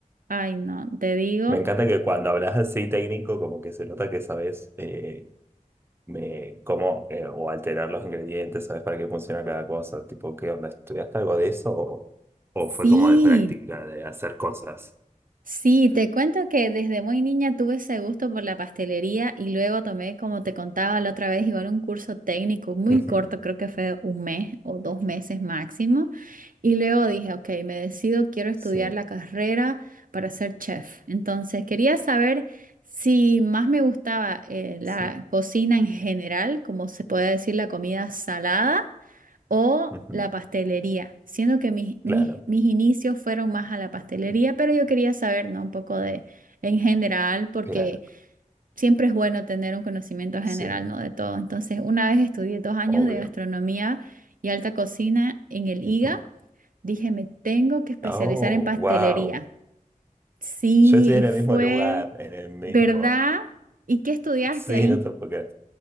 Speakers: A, on the right (about 80°); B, on the right (about 15°).
A: Ay, no, te digo,
B: Me encanta que cuando hablas así técnico, como que se nota que sabes eh, me, cómo eh, o alterar los ingredientes, sabes para qué funciona cada cosa. Tipo, ¿qué onda? ¿Estudiaste algo de eso o, o fue
A: sí,
B: como de práctica, de hacer cosas?
A: sí, te cuento que desde muy niña tuve ese gusto por la pastelería y luego tomé, como te contaba la otra vez, igual un curso técnico muy
B: Ujú,
A: corto, creo que fue un mes o dos meses máximo Y luego dije, ok, me decido, quiero estudiar
B: Sí,
A: la carrera para ser chef. Entonces, quería saber si más me gustaba eh, la
B: sí.
A: cocina en general, como se puede decir la comida salada, o
B: ujú,
A: la pastelería, siendo que mis, mis,
B: Claro,
A: mis inicios fueron más a la pastelería,
B: mm,
A: pero yo quería saber, ¿no? Un poco de en general, porque
B: claro,
A: siempre es bueno tener un conocimiento general,
B: sí,
A: ¿no? De todo. Entonces, una vez estudié dos años
B: obvio.
A: de gastronomía y alta cocina en el
B: ujú.
A: IGA. Dije, me tengo que especializar
B: Oh,
A: en pastelería.
B: wow.
A: Sí,
B: Yo estoy
A: y
B: en
A: fue,
B: el mismo lugar, en el mismo.
A: ¿verdad? ¿Y qué estudiaste
B: Sí,
A: ahí?
B: no te puedo creer.